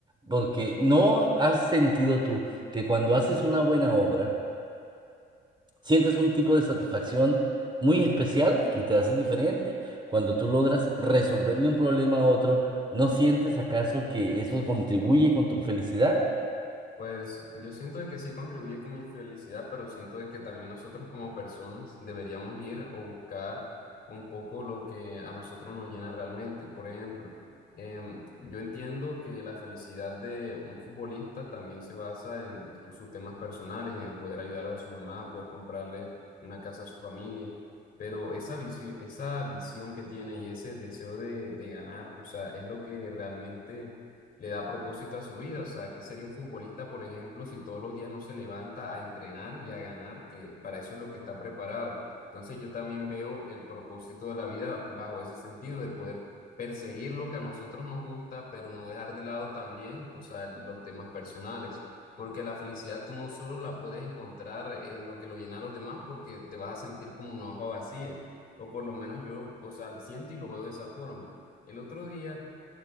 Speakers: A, on the right; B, on the left.
A: Porque no has sentido tú que cuando haces una buena obra, Sientes un tipo de satisfacción muy especial que te hace diferente cuando tú logras resolverle un problema a otro. ¿No sientes acaso que eso contribuye con tu felicidad?
B: Pues yo siento de que sí contribuye con mi felicidad, pero siento de que también nosotros como personas deberíamos ir o buscar un poco lo que a nosotros nos llena realmente. Por ejemplo, em, yo entiendo que la felicidad de un futbolista también se basa en sus temas personales, en poder ayudar a su mamá, poder comprarle una casa a su familia, pero esa visión, esa visión que tiene y ese deseo de, de ganar, o sea, es lo que realmente le da propósito a su vida. O sea, ¿qué sería un futbolista, por ejemplo, si todos los días no se levanta a entrenar y a ganar? Que para eso es lo que está preparado. Entonces yo también veo el propósito de la vida bajo ese sentido de poder perseguir lo que a nosotros nos gusta, pero no dejar de lado también, o sea, los temas personales. Porque la felicidad tú no solo la puedes encontrar en lo que lo llena a los demás, porque te vas a sentir como una hoja vacía. O por lo menos yo, o sea, siento y lo veo de esa forma. El otro día